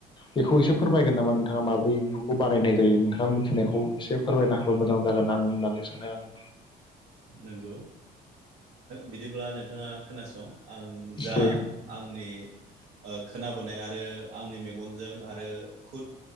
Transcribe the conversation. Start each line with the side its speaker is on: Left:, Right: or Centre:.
Left: बेखौ एसे फोरमायगोन नामा नोंथाङा माब्रै बेफोरखौ बानायनाय जायो नोंथाङा मिथिनायखौ एसे फोरमायना हाबा मोजां जागोन आं होननानै सानो आङो।
Right: नंगौ बिदिब्ला नोंथाङा खोनासं आं जा
Left: दे
Right: आंनि खोनाबोनाय आरो आंनि मेगनजों आरो खुद